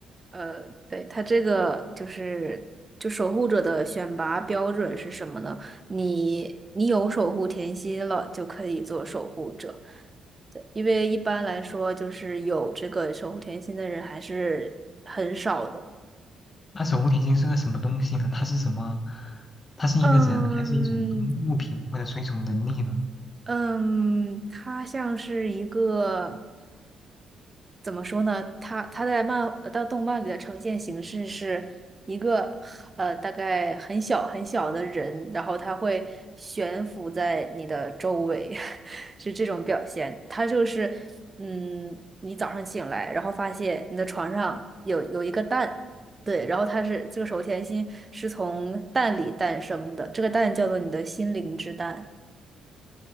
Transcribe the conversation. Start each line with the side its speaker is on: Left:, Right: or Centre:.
Right: 呃，对，它这个就是就守护者的选拔标准是什么呢？你你有守护甜心了，就可以做守护者。对，因为一般来说，就是有这个守护甜心的人还是很少的。
Left: 那守护甜心是个什么东西呢？它是什么？它是一个人，
Right: 嗯
Left: 还是一种东物品，或者说一种能力呢？
Right: 嗯，他像是一个。怎么说呢？他他在漫呃到动漫里的呈现形式是一个呃大概很小很小的人，然后他会悬浮在你的周围，<laughs> 是这种表现。他就是嗯，你早上醒来，然后发现你的床上有有一个蛋，对，然后它是这个手甜心是从蛋里诞生的，这个蛋叫做你的心灵之蛋。